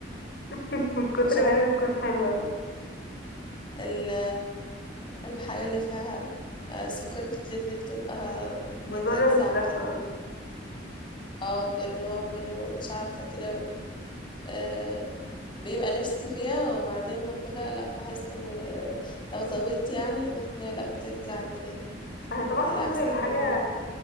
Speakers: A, on the left (about 60°); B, on the left (about 25°).
A: <laughs> من كتر
B: مش عارفه
A: ما هي
B: بحس
A: بتكون حلوة
B: ال- ال- الحاجه اللي فيها آه، سكر كتير دي بتبقى
A: مضرة
B: بتجزع
A: بالصحة
B: كده اه غير ان هو مضر مش عارفه كده آه، بيبقى نفسي فيها وبعدين باكلها لا بحس ان لو زودت يعني بحس ان هي لا بتجزع كده
A: اه طبعا
B: على
A: كتر
B: عكس
A: الحاجة
B: ان هو